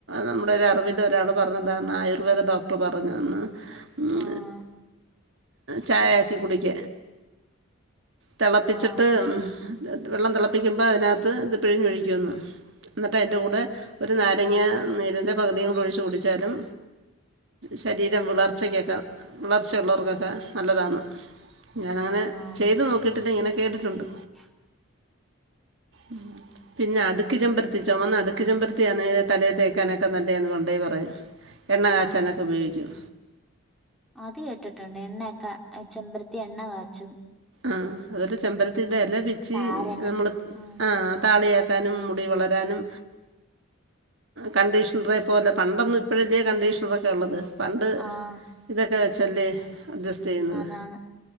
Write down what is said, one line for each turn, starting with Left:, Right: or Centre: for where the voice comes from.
Right: നമ്മുടെ ഒ ഒരു അറിവില് ഒരാൾ പറഞ്ഞതാന്ന് ആയുർവേദ ഡോക്ടർ പറഞ്ഞുതന്ന്. ഉം
Centre: ആഹ്
Right: ചായാക്കി കുടിക്ക. തിളപ്പിച്ചിട്ട്
Centre: ആഹ്
Right: വെള്ളം തിളപ്പിക്കുമ്പോൾ അതിനകത്ത് ഇത് പിഴിഞ്ഞൊഴിക്കുമുന്ന്. എന്നിട്ട് എയിൻ്റ കൂടെ ഒരു നാരങ്ങ നീരിൻ്റെ പകുതിയും കൊണ്ട് ഒഴിച്ച് കുടിച്ചാലും. ശരീരം വിളർച്ചക്കൊക്കെ വിളർച്ചയുള്ളവർക്കൊക്കെ നല്ലതാണ്. ഞാനങ്ങനെ
Centre: ആഹ്
Right: ചെയ്തു നോക്കിട്ടില്ല. ഇങ്ങനെ കേട്ടിട്ടുണ്ട്.
Centre: <unintelligible>
Right: ഉം പിന്നെ അടുക്കി ചെമ്പരത്തി ചുമന്ന അടുക്കി ചെമ്പരത്തിയന്നെ തലയെ തേക്കാനൊക്കെ നല്ലയന്ന് പണ്ടെ പറയും. എണ്ണ കാച്ചാനൊക്കെ
Centre: ആഹ്
Right: ഉപയോഗിക്കും.
Centre: അത് കേട്ടിട്ടുണ്ട് എണ്ണയൊക്കെ ചെമ്പരത്തി എണ്ണ കാച്ചും.
Right: ആഹ് അതുപോലെ ചെമ്പരത്തീടെ എല പിച്ചി
Centre: താരന്
Right: നമ്മള്
Centre: ഉം
Right: ആഹ് താളി തേക്കാനും മുടി വളരാനും. കണ്ടീഷണറെ പോലെ പണ്ടൊന്നും ഇപ്പഴല്ലേ കണ്ടീഷണറൊക്കെ ഒള്ളത്. പണ്ട്
Centre: ആഹ്
Right: ഇതൊക്കെ വെച്ചല്ലേ അഡ്ജസ്റ്റ് ചെയ്യുന്നത്
Centre: ആന്നാന്ന്